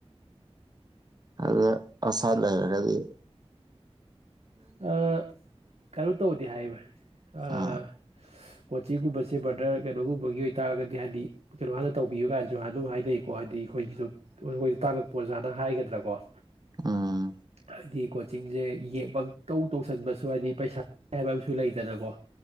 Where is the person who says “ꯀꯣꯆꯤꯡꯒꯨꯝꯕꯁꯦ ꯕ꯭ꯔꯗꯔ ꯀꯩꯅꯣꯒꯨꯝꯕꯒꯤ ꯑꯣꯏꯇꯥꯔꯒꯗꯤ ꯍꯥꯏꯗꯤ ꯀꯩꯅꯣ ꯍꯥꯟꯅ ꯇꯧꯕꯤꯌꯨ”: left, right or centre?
Right